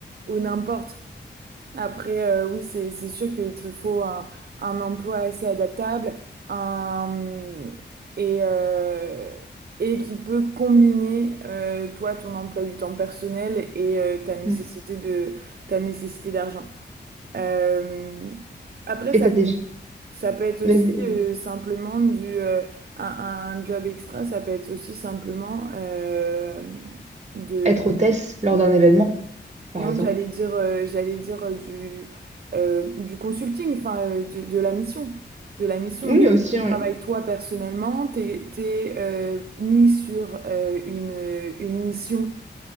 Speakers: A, on the right; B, on the right.
A: ou n'importe. Après, euh, oui, c'est c'est sûr qu'il te faut un, un emploi assez adaptable, un et euh, et qui peut combiner euh, toi ton emploi du temps personnel et euh, ta nécessité
B: Mm.
A: de ta nécessité d'argent. Euh, après,
B: Et
A: ça
B: t'as
A: peut,
B: déjà...
A: ça peut être
B: vas-y,
A: aussi
B: euh,
A: euh, simplement du euh, un, un job extra. Ça peut être aussi simplement euh, de,
B: être hôtesse lors d'un événement, par
A: non,
B: exemple.
A: j'allais dire, euh, j'allais dire euh, du, euh, du consulting, enfin, euh, du- de, la mission. De la mission.
B: Oui,
A: Tu
B: aussi, oui.
A: travailles toi personnellement, t'es, t'es, euh, mis sur euh, une, une mission